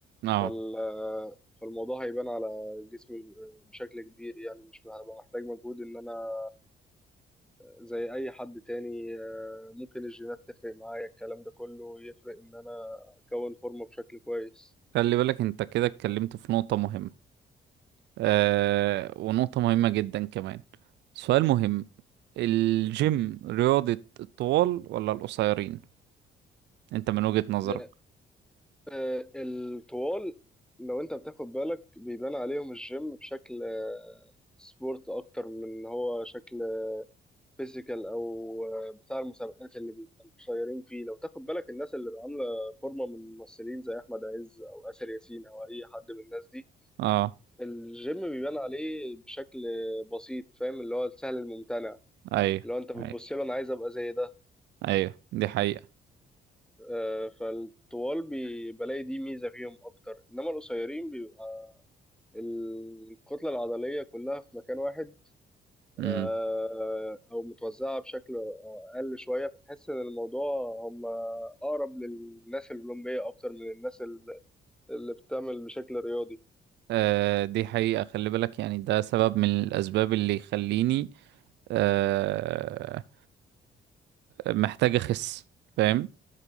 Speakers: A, on the right; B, in the centre.
A: اه
B: فال آه، فالموضوع هيبان على جسمي بشكل كبير يعني مش هبقى محتاج مجهود ان انا زي اي حد تاني آه، ممكن الجينات تفرق معايا الكلام ده كله يفرق ان انا اكون فورمه بشكل كويس
A: خلي بالك انت كده اتكلمت في نقطة مهمة آه ونقطة مهمة جدا كمان سؤال مهم الجيم رياضة الطوال ولا القصيرين؟ انت من وجهة نظرك
B: لا آه، الطوال لو انت بتاخد بالك بيبان عليهم الجيم بشكل آه، سبورت اكتر من إن هو شكل فيزيكال او آه، بتاع المسابقات اللي بيبقوا قصيرين فيه لو تاخد بالك الناس اللي عامله فورمه من ممثلين زي احمد عز او اسر ياسين او اي حد من الناس دي
A: اه
B: الجيم بيبان عليه بشكل بسيط فاهم اللي هو السهل الممتنع
A: ايوه
B: لو انت بتبص
A: ايوه
B: له انا عايز ابقى زي ده
A: ايوه دي حقيقة
B: آه، فالطوال بي- بلاقي دي ميزه فيهم اكتر انما القصيرين بيبقى الكتله العضليه كلها في مكان واحد آه،
A: امم
B: او متوزعه بشكل اقل شويه فتحس ان الموضوع هم اقرب للناس الاولمبيه اكتر من الناس ال- اللي بتعمل بشكل رياضي
A: آه دي حقيقة خلي بالك يعني ده سبب من الاسباب اللي يخليني آه محتاج اخس فاهم